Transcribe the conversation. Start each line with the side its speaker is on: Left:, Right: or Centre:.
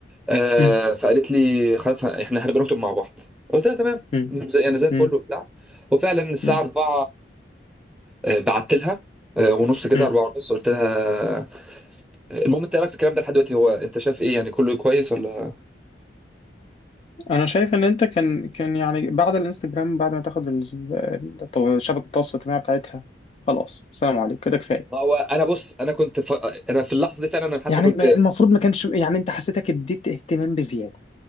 Centre: آه
Left: مم.
Centre: فقالت لي خلاص ه- احنا هنبقى نكتب مع بعض قلت لها تمام
Left: مم.
Centre: زي يعني زي الفل
Left: مم.
Centre: وبتاع وفعلا الساعه
Left: مم.
Centre: 4 آه بعت لها آه ونص كده
Left: مم.
Centre: 4 ونص قلت لها آه، المهم انت إيه رايك في الكلام ده لحد دلوقتي هو انت شايف ايه يعني كله كويس ولا
Left: انا شايف ان انت كان كان يعني بعد الانستجرام بعد ما تاخد ال- ال- التو- شبكه التواصل الاجتماعي بتاعتها خلاص السلام عليكم كده كفايه
Centre: هو انا بص انا كنت ف... انا في اللحظه دي فعلا انا حتى
Left: يعني
Centre: كنت
Left: ما- المفروض ما كانش يعني انت حسيتك اديت اهتمام بزياده